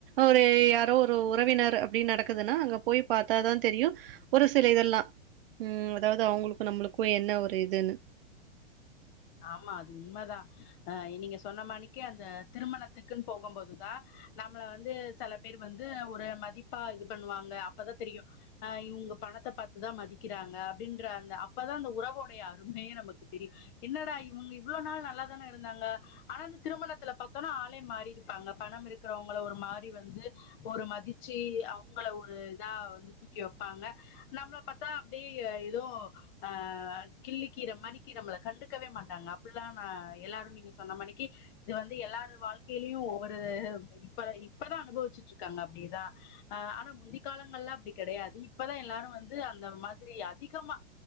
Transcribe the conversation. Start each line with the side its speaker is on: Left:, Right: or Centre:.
Right: ஒரு யாரோ ஒரு உறவினர் அப்டின் நடக்குதுனா அங்க போய் பாத்தா தா தெரியு ஒரு சில இதெல்லா ம் அதாவது அவங்களுக்கு நம்மளுக்கு என்ன ஒரு இதுனு
Left: ஆமா அது உண்மதா அ நீங்க சொன்ன மானிக்கு அந்த திருமணத்துக்குன் போகும்போது தா நம்மள வந்து செல பேர் வந்து ஒரு மதிப்பா இது பண்ணுவாங்க அப்பதா தெரியு அ இவுங்க பணத்த பாத்துதா மதிக்கிறாங்க அப்டின்ற அந்த அப்பதா அந்த உறவோடய அருமையே நமக்கு தெரியு என்னடா இவுங்க இவ்ளோ நாள் நல்லாதான இருந்தாங்க ஆனா அந்த திருமணத்துல பாத்தோம்னா ஆளே மாறி இருப்பாங்க பணம் இருக்கிறவங்கள ஒரு மாறி வந்து ஒரு மதிச்சு அவங்கள ஒரு இதா வந்து தூக்கி வப்பாங்க நம்ள பாத்தா அப்டியே ஏதோ அ கிள்ளுக்கீர மாறிக்கி நம்மள கண்டு கவே மாட்டாங்க அப்பில்லா நா எல்லாரு நீங்க சொன்ன மானிக்கி இது வந்து எல்லாரு வாழ்க்கைலயு ஒவ்வொரு இப்ப இப்பதா அனுபவிச்சிட் இருக்காங்க அப்டிதா அ ஆனா முந்தி காலங்கள்லா அப்டி கெடையாது இப்பதா எல்லாரு வந்து அந்த மாதிரி அதிகமா